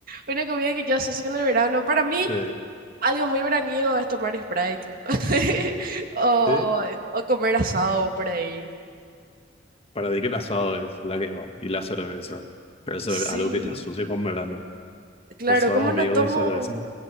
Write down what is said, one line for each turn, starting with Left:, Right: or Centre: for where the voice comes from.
Right: Una comida que yo asocio con el verano. Para mí,
Left: Sí,
Right: algo muy veraniego es tomar Sprite <laughs> o,
Left: sí.
Right: o comer asado por ahí.
Left: Para mí que el asado es la que va y la cerveza, pero eso
Right: Sí,
Left: es algo que te asocio con verano.
Right: claro,
Left: Pues algo
Right: ¿cómo no
Left: mío
Right: tomo?
Left: y cerveza.